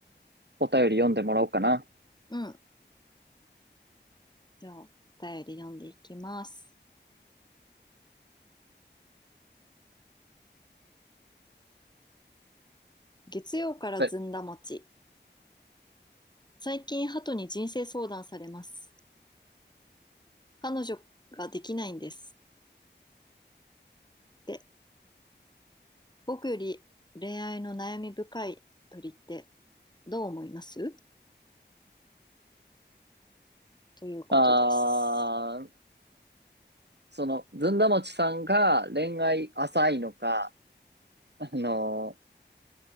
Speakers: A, on the right; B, on the left.
A: お便り読んでもらおうかな。
B: う。うん。じゃあ、お便り読んでいきます。月曜からずんだ餅。
A: はい
B: 最近、鳩に人生相談されます。彼女ができないんです。って僕より恋愛の悩み深い鳥ってどう思いますということです。
A: あー、その、ずんだもちさんが恋愛浅いのか、あの